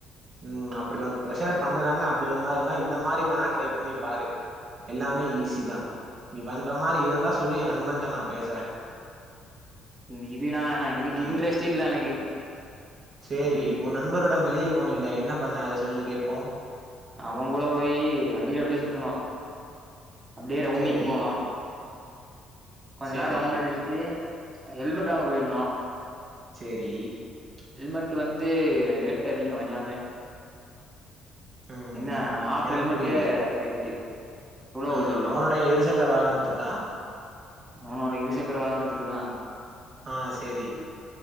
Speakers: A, on the right; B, on the right.
A: உம் அப் இப்டி உக்கு ப்ரஷர் பண்ணுறாங்கப் படிங்கிற மாதிர இருந்த இந்த மாரி வேணா ட்ரை பண்ணி பார் எல்லாமே ஈஸி தா நீ பண்ற மாரி இருந்தா சொல்லு எ நண்பன்ட்ட நா பேசுறே
B: இன்னைக்கு இது நா இதுக்கு
A: ஆ
B: இன்டரெஸ்ட் இல்ல எனக்கு
A: சேரி
B: வண்டி எடு
A: ஒ நண்பருடன் வெளிய போனில என்ன பண்ண அத சொல்லு கேப்போ
B: அவ கூட போயி வண்டில அப்டியே சுத்துனோ அப்டியே ரவுண்டிங்
A: சேரி
B: போனோ கொஞ்ச
A: சேரி
B: நேர ரவுண்டு அடிச்சுட்டு ஹெல்மெட் வாங்க போயிருந்தோ
A: செரி
B: ஹெல்மெட் வந்து ரேட்டு அதிக எல்லாமே
A: ம்
B: என்ன
A: ம்
B: ஹாஃப்
A: எனக்கு
B: ஹெல்மட்டே
A: புரியுது
B: ரேட்டு எவ்ளோ
A: ஆ
B: ஆவு சொல்லு?
A: அவனுடைய இருசக்கர வாகனத்துக்கா
B: அவனோட இருசக்கர வாகனத்துக்குதா
A: ஆ சேரி